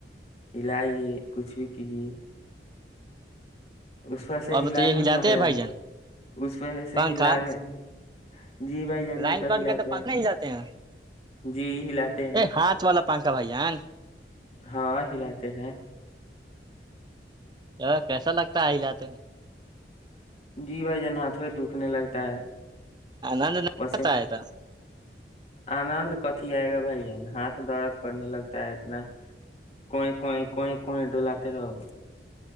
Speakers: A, on the left; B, on the right.
A: ہلاائیے کچھ بھی کیجیے اس و سے
B: اور بتائیے
A: ہلانے
B: ہلاتے
A: میں مزہ
B: ہیں بھائی
A: ہے
B: جان
A: اس و سے
B: پنکھا
A: ہلانے جی بھائی جنو
B: لائن
A: تو
B: کٹ
A: ہلاتے
B: کے پنکھا
A: ہیں
B: ہلاتے ہیں
A: جی ہلاتے
B: ا
A: ہیں
B: ہاتھ والا پنکھا بھائی جان
A: ہاں ہلاتے ہیں
B: ا کیسا لگتا ہے ہ لتے
A: جی بھائی جن ہاتھوں میں دکھنے لگتا ہے
B: آنند نہیں
A: وسے
B: آتا ہے تھا
A: آنند کتھی آئے گا بھائی ہاتھ درد کرنے لگتا ہے اتنا کوئی کوئی کوئی کوئییں ڈلاتے رہو